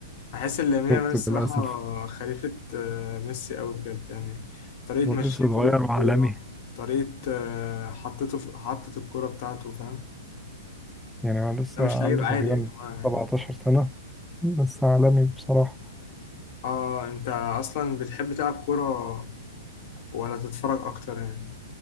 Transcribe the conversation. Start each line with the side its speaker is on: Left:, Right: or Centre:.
Left: بحس ان لامين يامال الصراحه
Centre: شفت للأسف
Left: خليفه آه، ميسي قوي بجد يعني طريقه
Centre: هو
Left: مشيته
Centre: لسه صغير
Left: بالكوره
Centre: وعالمي
Left: طريقه آه، حطته في حطت الكوره بتاعته فاهم
Centre: يعني هو لسه
Left: ده مش لعيب
Centre: عنده
Left: عادي
Centre: تقريبا
Left: يا جماعه يعني
Centre: 17 سنة بس عالمي بصراحة
Left: اه انت اصلا بتحب تلعب كوره ولا تتفرج اكتر يعني